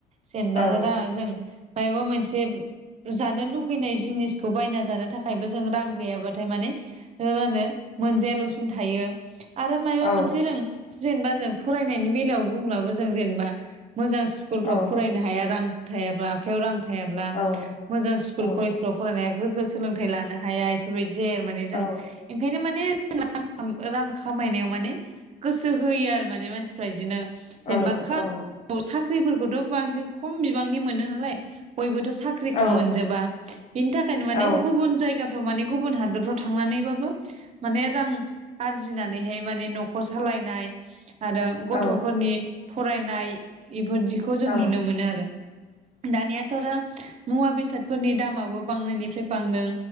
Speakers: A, on the right; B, on the left.
A: जेनबा
B: औ
A: राङा जों मायबा मोनसे जाथ नों लुगैनाय जिनिसखौ बायना जानो थाखायबो जों रां गैयाबाथाय माने हो होनो मोनजायालसिनो थायो आरो मायबा
B: औ
A: मोनसे रों जेनेबा जों फरायनायनि बेलायाव बुंब्लाबो जों जेनेबा मोजां स्कुलफ्राव
B: औ
A: फरायनो हाया रां थायाब्ला आखायाव रां थायाब्ला
B: औ
A: मोजां स्कुल
B: औ
A: कलेजफ्राव फरायनाय गोगो सोलोंथाइ लानो हाया इफोरबाय जेया माने जों
B: औ
A: ओंखायनो मान रां खामायनायाव माने गोसो होयो आरो माने मानसि फ्राय दिनो जेनेबा
B: औ
A: खा
B: औ
A: खौ साख्रि <unintelligible> खम बिबांनि मोनो नालाय बयबोथ साख्रिखौ
B: औ
A: मोनजोबा बिनि थाखायनो माने
B: औ
A: गुबुन जायगा माने गुबुन हादोरफ्राव थांनानैबो माने रां आरजिना बेहाय माने नखर सालायनाय आरो गथफोरनि
B: औ
A: फरायनाय इफोरदिखौ जों
B: औ
A: नुनो मोनो आरो दानिया थरो मुवा बेसादफोरनि दामाबो बांनायनिफ्राय बांदों।